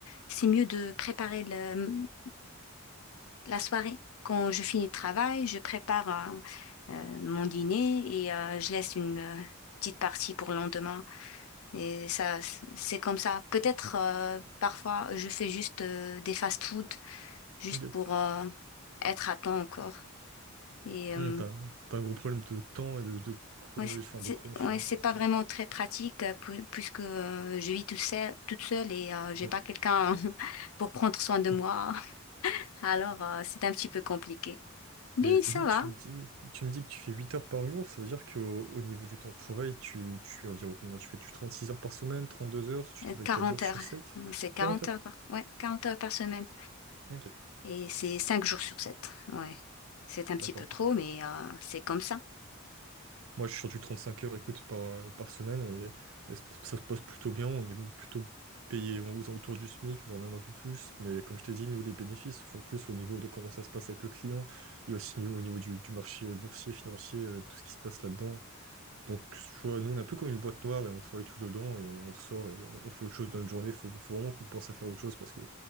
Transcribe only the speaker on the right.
Ok.
Hum,
t'as, un t'as un gros problème de temps et de, de chronologie,
enfin
de chrono sur
sur ça.
Hum.
<laughs>
Mais
vu que
tu me dis, tu me dis que tu fais 8 heures par jour, ça veut dire qu'au au niveau du temps de travail, tu, tu es environ combien? Tu fais tu six heures par semaine, trente deux heures, tu
travailles
4 jours
sur 7
40 heures.
Ok,
d'accord.
Moi, je suis sur du 35 heures, écoute, par, par semaine, et, et ça ça se passe plutôt bien. On est plutôt payé aux alentours du SMIC, voire même un peu plus. Mais comme je t'ai dit, nous, les bénéfices se font plus au niveau de comment ça se passe avec le client, et aussi au niveau du, du marché boursier, financier, euh, tout ce qui se passe là-dedans. Donc, tu vois, nous, on est un peu comme une boîte noire, et on travaille tout dedans, et on ressort, et on, on fait autre chose dans notre journée. Faut, faut vraiment qu'on pense à faire autre chose, parce que